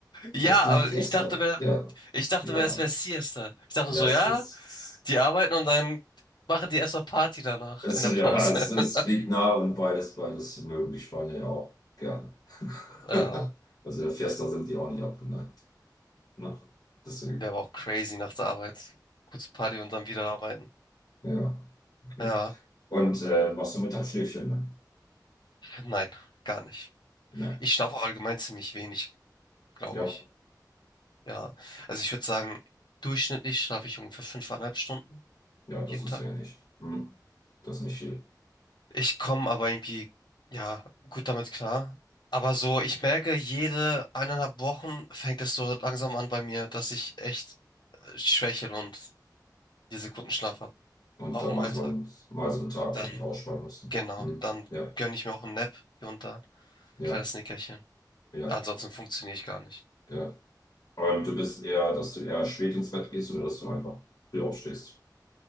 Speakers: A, on the left (about 80°); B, on the left (about 65°).
A: Ja,
B: Das ist die
A: aber
B: Fiesta.
A: ich dachte mir,
B: Ja.
A: ich dachte
B: Ja.
A: mir, es wäre Siesta. Ich dachte
B: Ja,
A: so,
B: es
A: ja,
B: ist,
A: die arbeiten und dann machen die erstmal Party danach
B: es,
A: in der
B: ist-
A: Pause.
B: ja, es, es
A: <laughs>
B: liegt nah und beides, beides mögen die Spanier ja auch gerne. <laughs>
A: Ja,
B: Also der Fiesta sind die auch nicht abgeneigt. Ne? Deswegen,
A: wäre aber auch crazy nach der Arbeit. Kurz Party und dann wieder arbeiten.
B: ja, okay.
A: Ja,
B: Und äh, machst du Mittagsschläfchen, ne?
A: nein, gar nicht.
B: Ne.
A: Ich schlafe auch allgemein ziemlich wenig, glaube
B: Ja.
A: ich. Ja, also ich würde sagen, durchschnittlich schlafe ich ungefähr fünfeinhalb Stunden
B: Ja, das
A: jeden
B: ist
A: Tag.
B: wenig. Hm. Das ist nicht viel.
A: Ich komme aber irgendwie, ja, gut damit klar. Aber so, ich merke, jede eineinhalb Wochen fängt es so langsam an bei mir, dass ich echt äh, schwächel und vier Sekunden Schlaf habe,
B: Und
A: auch
B: dann
A: im
B: mal
A: Alltag.
B: so, einen- mal so einen Tag
A: Dann,
B: wirklich ausspannen mussten.
A: genau,
B: Hm.
A: dann
B: Ja,
A: gönne ich mir auch einen Nap hier und da,
B: ja,
A: kleines Nickerchen.
B: ja,
A: Ansonsten funktioniere ich gar nicht.
B: ja. Und du bist eher, dass du eher spät ins Bett gehst oder dass du einfach früh aufstehst?